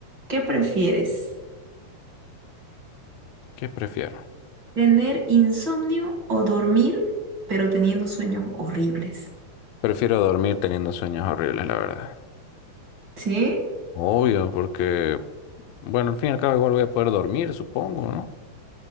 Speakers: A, on the right (about 40°); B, on the left (about 80°).
A: ¿qué prefieres?
B: ¿Qué prefiero?
A: ¿Tener insomnio o dormir, pero teniendo sueños horribles?
B: Prefiero dormir teniendo sueños horribles, la verdad.
A: Sí,
B: Obvio, porque, bueno, al fin y al cabo igual voy a poder dormir, supongo, ¿no?